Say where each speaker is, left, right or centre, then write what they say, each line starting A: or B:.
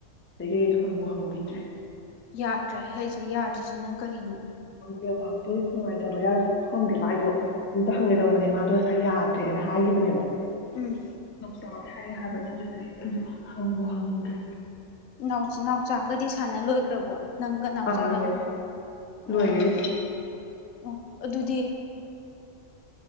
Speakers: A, on the left; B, on the left.
A: ꯑꯗꯒꯤ ꯍꯪꯕꯨ ꯍꯪꯒꯨꯒꯤꯗ꯭ꯔꯦ
B: ꯌꯥꯗ꯭ꯔꯦ ꯍꯥꯏꯁꯦ ꯌꯥꯗ꯭ꯔꯤꯁꯤꯅ ꯀꯔꯤꯅꯣ
A: ꯅꯦꯠꯋꯥꯛꯇꯨ ꯅꯨꯡꯉꯥꯏꯇꯕꯧꯔꯥ ꯈꯪꯗꯦ ꯃꯥꯏꯗꯣ ꯑꯝꯇ ꯍꯪꯒꯦ ꯇꯧꯕꯅꯦ ꯃꯥꯗꯣ ꯉꯁꯥꯏ ꯌꯥꯗ꯭ꯔꯦꯅ ꯍꯥꯏꯒꯤꯕꯅꯦꯕ
B: ꯎꯝ
A: ꯅꯧꯆꯥꯗ ꯍꯥꯏꯌꯣ ꯍꯥꯏꯕꯅꯤ ꯑꯗꯨꯗꯤꯒꯤ ꯑꯩꯕꯨ ꯍꯪꯕꯨ ꯍꯪꯗ꯭ꯔꯤ
B: ꯅꯥꯎ ꯅꯥꯎꯆꯥꯒꯗꯤ ꯁꯥꯟꯅ ꯂꯣꯏꯒꯈ꯭ꯔꯕꯣ ꯅꯪꯒ ꯅꯥꯎꯆꯥꯒ
A: ꯑꯥ ꯂꯣꯏꯔꯦ ꯂꯣꯏꯒꯔꯦ
B: ꯑꯣ
A: ꯏꯆꯦ
B: ꯑꯣ ꯑꯗꯨꯗꯤ